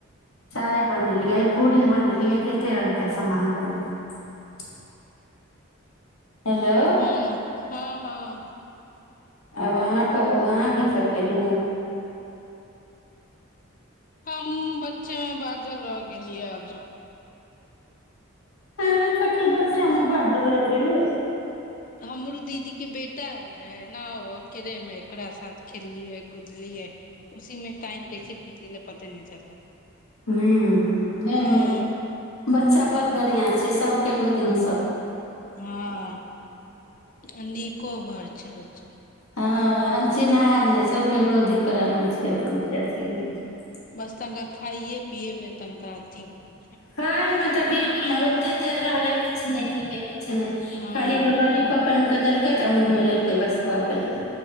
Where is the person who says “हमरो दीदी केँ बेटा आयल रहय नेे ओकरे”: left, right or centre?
Left